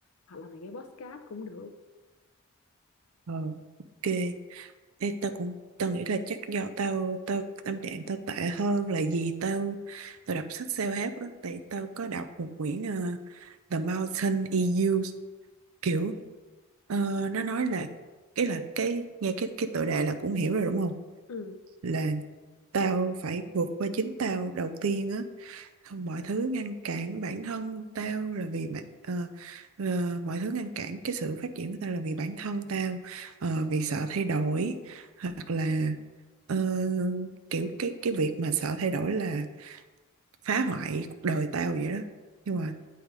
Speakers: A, on the left; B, on the right.
A: hoặc là mày nghe podcast cũng được
B: Ừ. Ờ, ok Ê, tao cũng tao nghĩ là chắc do tao tao tâm trạng tao tệ hơn là gì tao tao đọc sách self-help á tại tao có đọc một quyển ờ, The Mountain EU kiểu ờ, nó nói là cái là cái nghe cái cái tựa đề là cũng hiểu rồi đúng không
A: ừ
B: là tao phải vượt qua chính tao đầu tiên á không mọi thứ ngăn cản bản thân tao là vì bạn ờ, ờ, mọi thứ ngăn cản cái sự phát triển của tao là vì bản thân tao ờ, vì sợ thay đổi hoặc là ờ, kiểu cái cái việc mà sợ thay đổi là phá hoại cuộc đời tao vậy đó nhưng mà